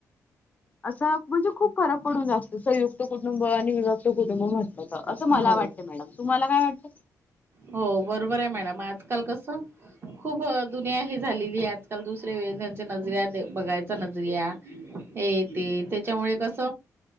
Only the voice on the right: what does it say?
हो
हो बरोबर आहे मॅडम आजकाल कस खूप दुनिया हे झालेली आहे. आजकाल दुसरे वे त्यांच्या नजर बघायचा नजरिया हे ते त्याच्यामुळे कस